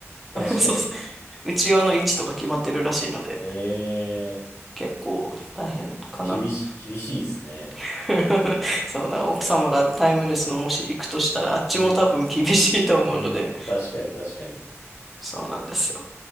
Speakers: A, on the left; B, in the centre.
A: 確かに。
B: そうそう、うちわの位置とか決まってるらしいので、
A: ええ
B: 結構大変かな。
A: 厳しい、厳しいですね。
B: <laughs> そう、だから奥様がタイムレスのもし行くとしたら、あっちも多分厳しいと思うので、
A: うん。うん。確かに、確かに。
B: そうなんですよ。